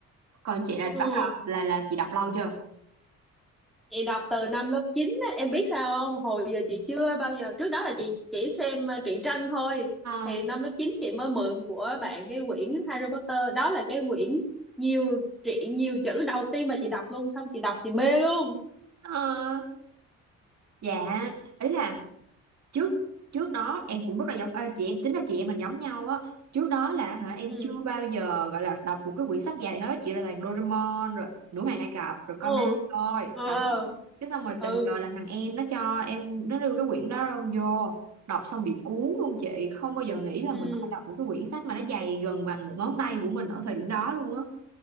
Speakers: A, on the right; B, in the centre.
A: Còn chị là
B: ừ.
A: bắt đầu là là chị đọc lâu chưa
B: chị đọc từ năm lớp 9 á em biết sao không hồi giờ chị chưa bao giờ trước đó là chị chỉ xem ờ, truyện tranh thôi
A: Ờ.
B: thì năm lớp 9 chị mới mượn của bạn cái quyển Harry Potter đó là cái quyển nhiều truyện nhiều chữ đầu tiên mà chị đọc luôn xong chị đọc chị mê luôn
A: Ờ. Dạ Ý là trước trước đó em cũng rất là giống ờ, chị em tính là chị em mình giống nhau á trước đó là hả em
B: ừ
A: chưa bao giờ gọi là đọc một cái quyển sách dài hết chỉ là toàn Doraemon rồi Nữ hoàng Ai Cập rồi Conan
B: ừ
A: thôi
B: ừ
A: đó
B: ừ
A: cái xong rồi
B: ừ
A: tình cờ là thằng em nó cho em nó đưa cái quyển đó vô đọc xong bị cuốn luôn chị không bao giờ nghĩ là
B: ừ,
A: mình có thể đọc một cái quyển sách mà nó dày gần bằng một ngón tay của mình ở thời điểm đó luôn á